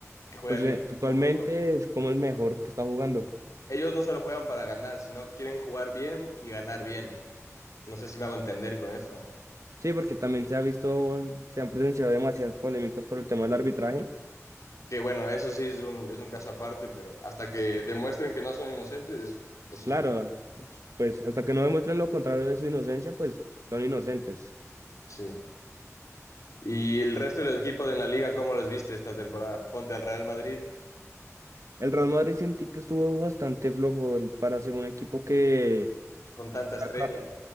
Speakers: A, on the left; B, on the right.
A: Que juega
B: Pues
A: lindo
B: eh, actualmente
A: fútbol.
B: es como el mejor que está jugando.
A: Ellos no solo juegan para ganar, sino quieren jugar bien y ganar bien. No sé si me hago entender con eso.
B: Sí, porque también se ha visto, se han presenciado demasiadas polémicas por el tema del arbitraje.
A: Que bueno, eso sí es un, es un caso aparte, pero hasta que demuestren que no son inocentes, eso
B: Claro,
A: es, un tema.
B: pues hasta que no demuestren lo contrario de su inocencia, pues son inocentes.
A: sí. ¿Y el resto de los equipos en la liga, cómo los viste esta temporada? Ponte al Real Madrid
B: El Real Madrid sentí que estuvo bastante flojo el- para ser un equipo que
A: con tanta
B: saca,
A: estrella.